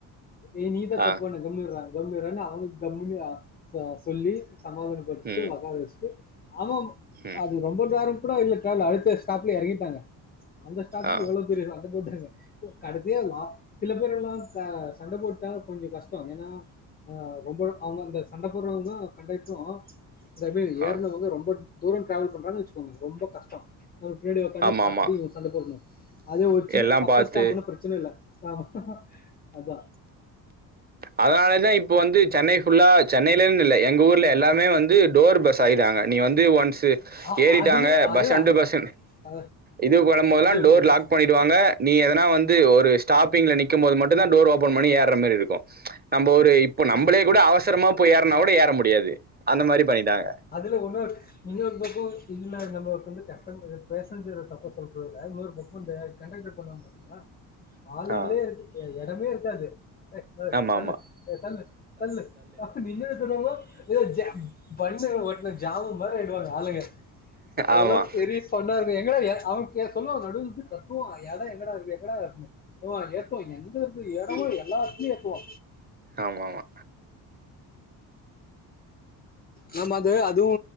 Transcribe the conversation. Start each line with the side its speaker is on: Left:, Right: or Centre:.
Left: ஏ நீதா
Right: ஆ
Left: தப்பு பண்ண கம்மு இர்றா கம்மு இர்றானா அவங்க கம்முனு ச சொல்லி சமாதானப்படுத்திட்டு
Right: ம்
Left: வக்கார வச்சுட்டு அவே
Right: ம்
Left: அது ரொம்ப தேர <unintelligible> இல்ல அடுத்த ஸ்டாப்லே எறங்கிட்டாங்க அந்த ஸ்டாப்க்கு
Right: ஆ
Left: இவ்ளோ பெரிய சண்ட போட்டாங்க கடைசியா லா சில பேர் எல்லா க சண்ட போட்டா கொஞ்சோ கஷ்டோ ஏனா ஆ ரொம்ப அவுங்க அந்த சண்ட போர்றவங்க கண்டெக்ட்ரு இந்தமேரி
Right: ஆ
Left: ஏர்னவங்க ரொம்ப தூரோ ட்ராவல் பண்றாங்கன் வச்சுக்கோங்க ரொம்ப கஷ்டோ அவரு பின்னாடி உக்காந்து
Right: ஆமா
Left: பாத்துட்டு
Right: ஆமா
Left: இவங் சண்ட போடுணு அதே ஒரு சின்ன
Right: எல்லா
Left: பக்க
Right: பாத்து
Left: ஸ்டாப்ன்னா பிரச்சன இல்ல ஆமா அதா
Right: அதனாலே தா இப்போ வந்து சென்னை ஃபுல்லா சென்னைலன்னு இல்ல எங்க ஊர்ல எல்லாமே வந்து டோர் பஸ் ஆகிட்டா ங்க நீ வந்து ஒன்ஸ் இது
Left: அ
Right: ஏறிட்டாங்க
Left: அதுலயும் அதுதான்.
Right: பஸ் அண்டு பஸ்
Left: அ
Right: இது போடபோதெல்லா
Left: சொல்லுங்க,
Right: டோர்
Left: சொல்லுங்க.
Right: லாக் பண்ணிடுவாங்க நீ எதனா வந்து ஒரு ஸ்டாப்பிங்ல நிக்கும் போது மட்டு தா டோர் ஓப்பன் பண்ணி ஏர்ற மாரி இருக்கு நம்ப ஒரு டே இப்ப
Left: அ
Right: நம்பளே கூட அவசரமா போய் ஏர்னா கூட ஏற முடியாது அந்த மாரி பண்ணிட்டாங்க.
Left: அதுல ஒன்னு இன்னொரு பக்கோ இல்ல நம்ம ஒருத்த வந்து கஸ்டமரு பேசஞ்சர தப்ப சொல் <unintelligible> இன்னொரு பக்கோ இந்த கண்டெக்ட்ரு பண்ணுவாங் பாத்தீங்ளா ஆளுங்ளே
Right: ஆ
Left: ஏ எடமே இருக்காது ஏ ஏ
Right: ஆமாமா.
Left: தள்ளு ஏ தள்ளு தள்ளு <unintelligible> பன்னுல ஓட்ன ஜாமு மாரி ஆயிடுவாங்க ஆளுங்க அதெல்லா
Right: ஆமா.
Left: பெரிய ஃபன்னாக்கு எங்கடா இருக்கு ஏ அவன் கே சொல்லுவா நடுவுல வந்து கத்துவா எடோ எங்கடா இருக்கு எங்கடா இருக்குனு த்துவா ‌ஏத்துவா எங்கருந்து எடமோ எல்லா எடத்துலயு ஏத்துவா
Right: ஆமா ஆமா
Left: நம்ம அத அதுவு